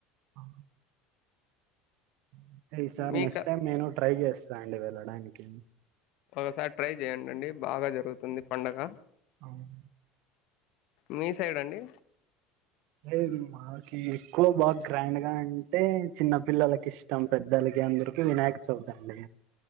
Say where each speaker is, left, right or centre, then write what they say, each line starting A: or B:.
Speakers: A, on the right (about 65°); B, on the left (about 60°).
A: ఆ అయితే ఈ సారి
B: మీకు
A: నెక్స్ట్ టైమ్ నేను ట్రై జేస్తా అండి వెళ్ళడానికి
B: ఒకసారి ట్రై జేయండండి బాగా జరుగుతుంది పండగ
A: అవును
B: మీ సైడ్ అండి
A: అదే మాకి ఎక్కువ బాగా గ్రాండ్ గా అంటే చిన్న పిల్లలకి ఇష్టం పెద్దలకి అందరికి వినాయక చవితి అండి